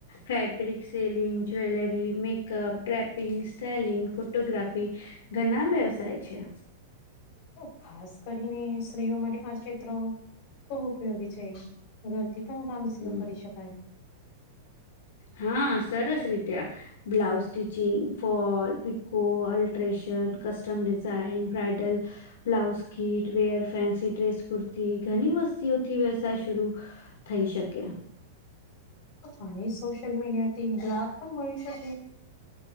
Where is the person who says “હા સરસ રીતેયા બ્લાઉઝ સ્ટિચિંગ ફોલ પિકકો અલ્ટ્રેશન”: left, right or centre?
Left